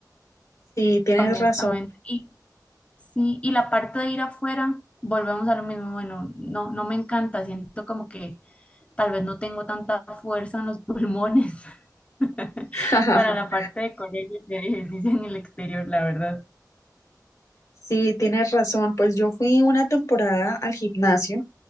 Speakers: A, on the left (about 45°); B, on the left (about 20°).
A: sí, tienes
B: honestamente.
A: razón.
B: Y sí, y la parte de ir afuera, volvemos a lo mismo, bueno, no, no me encanta, siento como que tal vez no tengo tanta fuerza en los pulmones <laughs>
A: <laughs>
B: para la parte de correr y hacer ejercicio en el exterior, la verdad.
A: Sí, tienes razón. Pues yo fui una temporada al gimnasio.